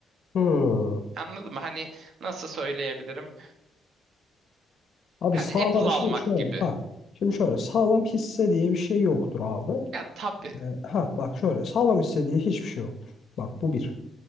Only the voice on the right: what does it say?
Anladın mı? Hani nasıl söyleyebilirim?
Hani
Apple
almak
gibi.
Ya tabii.